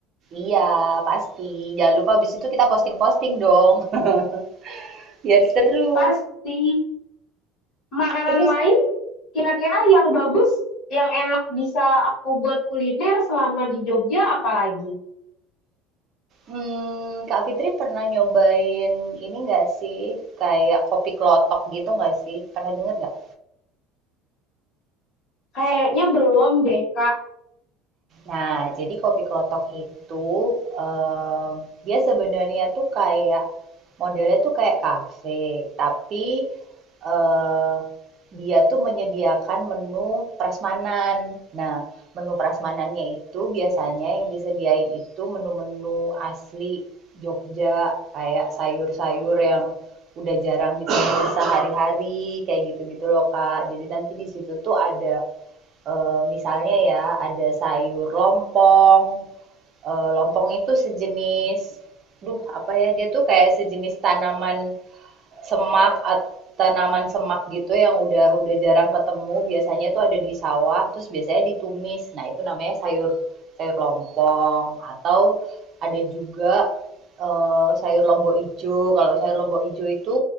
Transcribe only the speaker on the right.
Iya, pasti. Jangan lupa habis itu kita posting-posting dong. <laughs> Biar seru.
Terus
Mmm, Kak Fitri pernah nyobain ini nggak sih, kayak kopi klotok gitu nggak sih? Pernah denger nggak?
Nah, jadi kopi klotok itu em, dia sebenarnya tuh kayak modelnya tuh kayak kafe, tapi eh, dia tuh menyediakan menu prasmanan. Nah, menu prasmanannya itu biasanya yang disediain itu menu-menu asli Jogja, kayak sayur-sayur yang udah jarang ditemui sehari-hari, kayak gitu-gitu loh, Kak. Jadi nanti di situ tuh ada eh, misalnya ya ada sayur lompong. Eh, lompong itu sejenis, duh apa ya dia tuh kayak sejenis tanaman semak atau tanaman semak gitu yang udah udah jarang ketemu. Biasanya tuh ada di sawah, terus biasanya ditumis. Nah itu namanya sayur sayur lompong atau ada juga eh, sayur lombok ijo. Kalau sayur lombok ijo itu